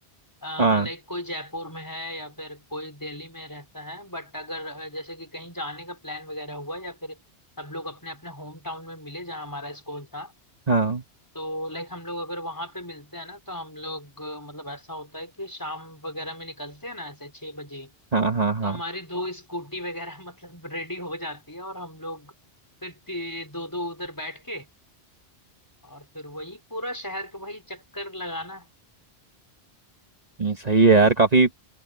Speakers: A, on the left; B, on the right.
A: लाइक
B: हाँ
A: कोई जयपुर में है या फिर कोई दिल्ली में रहता है बट अगर अ, जैसे कि कहीं जाने का प्लान वगैरह हुआ या फिर सब लोग अपने अपने होम टाउन में मिले जहाँ हमारा स्कूल था
B: हाँ
A: तो लाइक हम लोग अगर वहां पे मिलते हैं ना तो हम लोग अ, मतलब ऐसा होता है कि शाम वगैरह में निकलते हैं ना ऐसे छह बजे
B: हाँ हाँ
A: तो
B: हाँ
A: हमारी दो स्कूटी वगैरह <laughs> मतलब रेडी हो जाती है और हम लोग फिर ती- दो दो उधर बैठ के और फिर वही पूरा शहर के वही चक्कर लगाना
B: नहीं सही है यार काफी